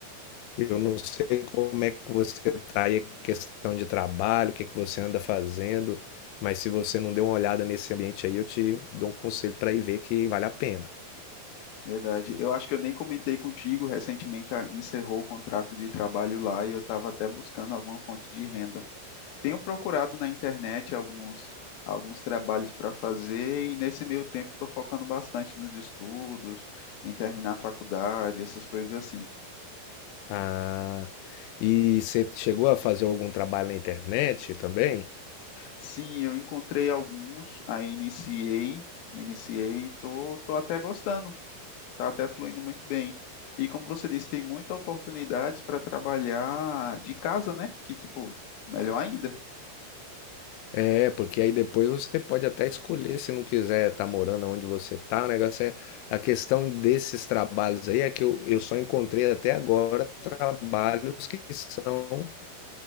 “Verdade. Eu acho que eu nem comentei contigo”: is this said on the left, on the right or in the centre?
Left